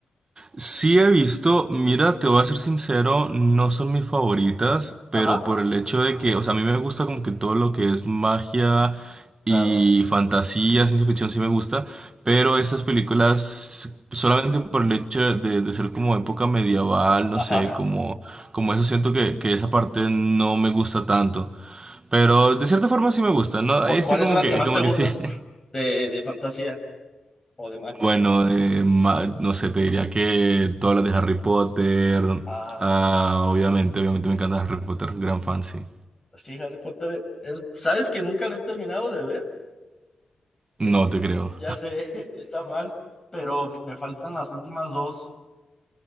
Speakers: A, on the right; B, on the left.
A: Sí he visto, mira, te voy a ser sincero, no son mis favoritas, pero
B: Ajá,
A: por el hecho de que, o sea, a mí me gusta como que todo lo que es magia y
B: claro.
A: fantasía, ciencia ficción sí me gusta, pero estas películas solamente por el hecho de, de ser como época medieval, no
B: Ajá.
A: sé, como, como eso siento que, que esa parte no me gusta tanto, pero de cierta forma sí me gusta, ¿no?
B: ¿Cu-
A: Ahí estoy
B: ¿Cuáles
A: como
B: son las
A: que,
B: que más
A: como
B: te gustan
A: que sí. <laughs>
B: de, de fantasía o de magia?
A: Bueno, eh, ma- no sé, te diría que todas las de Harry Potter.
B: Ah,
A: Ah, obviamente, obviamente me encanta Harry Potter, gran fan, sí.
B: sí, Harry Potter. es- ¿sabes que nunca lo he terminado de ver? Ya,
A: No
B: ya-
A: te creo.
B: ya sé, <laughs> está mal, pero me faltan las últimas dos